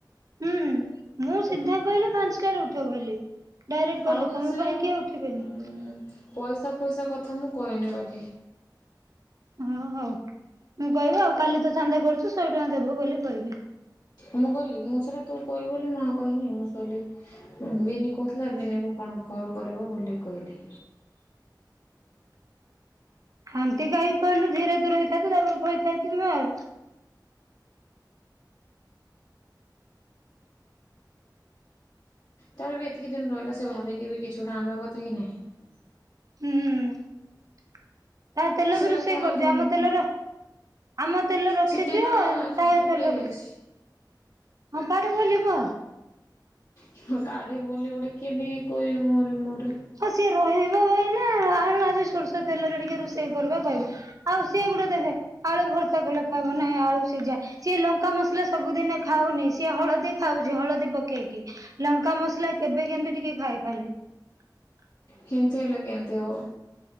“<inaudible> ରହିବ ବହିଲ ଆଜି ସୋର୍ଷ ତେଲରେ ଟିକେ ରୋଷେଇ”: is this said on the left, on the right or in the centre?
Right